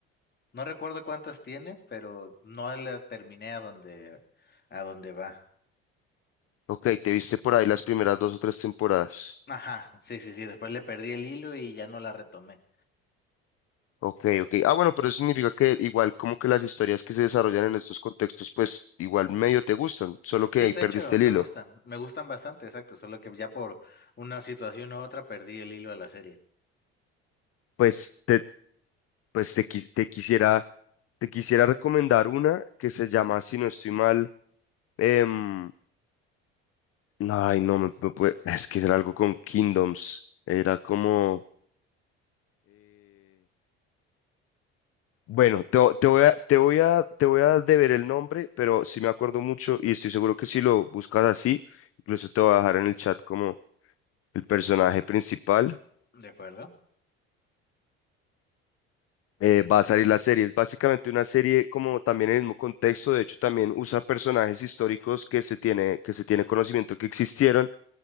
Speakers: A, on the left; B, on the left.
A: No recuerdo cuántas tiene, pero no la terminé a donde, a donde va.
B: Ok, te viste por ahí las primeras dos o tres temporadas.
A: Ajá, sí, sí, sí. Después le perdí el hilo y ya no la retomé.
B: Ok, ok. Ah, bueno, pero eso significa que igual como que las historias que se desarrollan en estos contextos, pues igual medio te gustan, solo que
A: Sí,
B: ahí
A: de
B: perdiste
A: hecho,
B: el
A: me
B: hilo.
A: gustan, me gustan bastante, exacto. Solo que ya por una situación u otra perdí el hilo a la serie.
B: Pues te, pues te, quis- te quisiera, te quisiera recomendar una que se llama, si no estoy mal, em, ay, no, me, me puede- es que era algo con Kingdoms. Era como, Bueno, te, vo- te voy a, te voy a, te voy a deber el nombre, pero sí me acuerdo mucho y estoy seguro que si lo buscas así, incluso te voy a dejar en el chat como el personaje principal,
A: ¿De acuerdo?
B: eh, va a salir la serie. Es básicamente una serie como también en el mismo contexto, de hecho también usa personajes históricos que se tiene, que se tiene conocimiento que existieron,